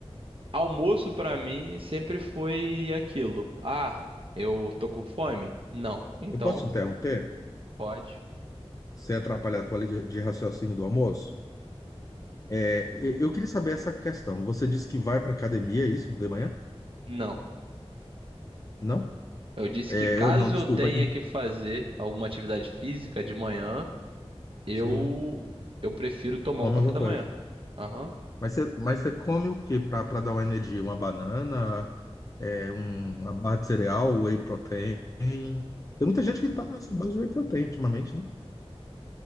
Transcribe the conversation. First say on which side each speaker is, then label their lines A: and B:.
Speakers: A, on the right; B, on the left.
A: Almoço pra mim sempre foi aquilo. Ah, eu tô com fome? Não. Então,
B: Eu posso te interromper?
A: pode.
B: Sem atrapalhar a tua linha de, de raciocínio do almoço? É, e- eu queria saber essa questão. Você disse que vai para academia, é isso, de manhã?
A: Não.
B: Não?
A: Eu disse
B: É,
A: que caso
B: eu, não, desculpa.
A: eu tenha
B: em-
A: que fazer alguma atividade física de manhã, eu
B: Sim.
A: eu prefiro tomar
B: Come
A: um café
B: alguma
A: da
B: coisa.
A: manhã. Aham.
B: Mas você, mas você come o que para dar uma energia? Uma banana, é, um- uma barra de cereal, whey protein. Tem muita gente que tá nessa base de whey protein ultimamente, né?